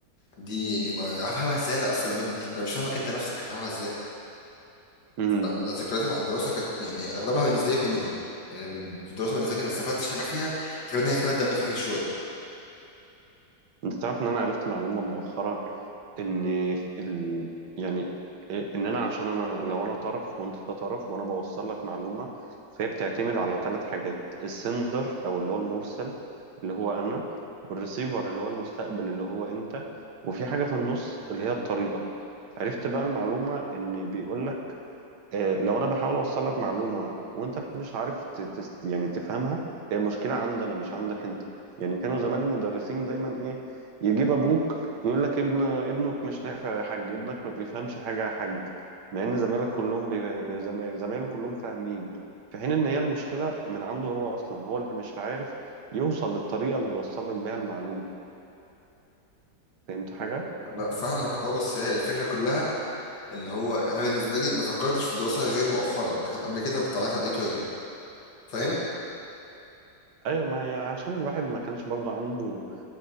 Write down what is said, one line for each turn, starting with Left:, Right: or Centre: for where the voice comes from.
Left: دي يعني ما هفهمها ازاي انا اصلا الماده دي انا مش فاهمك انت نفسك هفهمها ازاي
Right: <laughs>
Left: انا ذكرياتي مع الدراسه كانت يعني اغلبها بالنسبه لي كوميدي يعني في الدراسه بالنسبه لي ما استفدتش حاجه فيها غير ان هي خلت دمي خفيف شويه
Right: انت تعرف ان انا عرفت معلومة مؤخرا ان ال... يعني إيه، ان انا عشان انا لو انا طرف وانت طرف وانا بوصل لك معلومة فهي بتعتمد على ثلاث حاجات السندر او اللي هو المرسل اللي هو انا والريسيفر اللي هو المستقبل اللي هو انت وفي حاجة في النص اللي هي الطريقة عرفت بقى المعلومة ان بيقول آه، لو انا بحاول اوصل لك معلومه وانت مش عارف ت- تس- يعني تفهمها هي مشكله عندنا مش عندك انت يعني كانوا زمان المدرسين دايما ايه يجيب ابوك يقول لك ابن ابنك مش نافع يا حاج ابنك ما بيفهمش حاجه يا حاج مع ان زمايلك كلهم بي... زم- زمايله كلهم فاهمين في حين ان هي المشكله من عنده هو اصلا هو اللي مش عارف يوصل للطريقه اللي يوصل لك بيها المعلومه فهمت حاجه
Left: انا فاهمك اه بس هي الفكره كلها اللي هو انا بالنسبه لي ما فكرتش في الدراسه غير مؤخرا لكن قبل كده كنت عملت تقضية واجب فاهم
Right: ايوه ما يعني عشان الواحد ما كانش برضو عنده